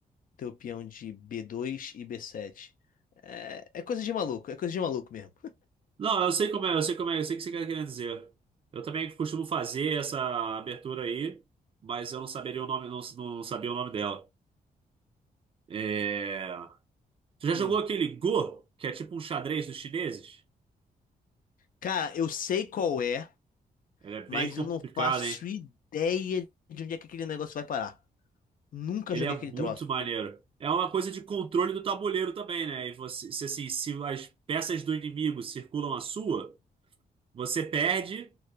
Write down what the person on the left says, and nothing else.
teu peão de b dois e b sete É, é coisa de maluco, é coisa de maluco mesmo.
Hum.
Cara, eu sei qual é,
mas
eu não faço
ideia de onde é que aquele negócio vai parar. Nunca
joguei
aquele troço.